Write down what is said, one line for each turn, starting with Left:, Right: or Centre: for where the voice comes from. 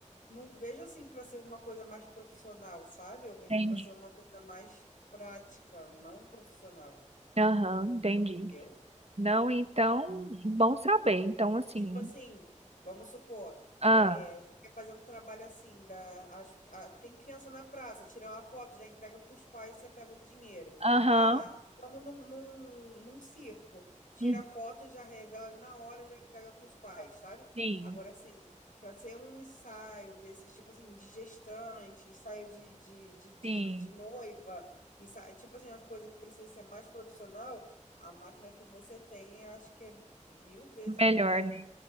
Left: não vejo assim para ser uma coisa mais profissional, sabe? Eu vejo
Right: Entendi.
Left: para ser uma coisa mais prática, não profissional,
Right: Aham, entendi.
Left: entendeu?
Right: Não, então, bom saber. Então, assim,
Left: Tipo assim, vamos supor,
Right: ah,
Left: é, você quer fazer um trabalho assim, da, acho, que- ah, tem criança na praça, tira uma foto, já entrega para os pais, você pega o dinheiro.
Right: aham,
Left: Ah, vamos num, num, num circo, tira
Right: hum,
Left: a foto, já revela ali na hora, já entrega para os pais, sabe?
Right: sim,
Left: Agora, assim, para ser um ensaio desses, tipo assim, de gestante, ensaio de, de, de, de,
Right: sim,
Left: de noiva, ensaio, tipo assim, uma coisa que precisa ser mais profissional, a máquina que você tem, eu acho que é mil vezes
Right: melhor,
Left: mais
Right: né?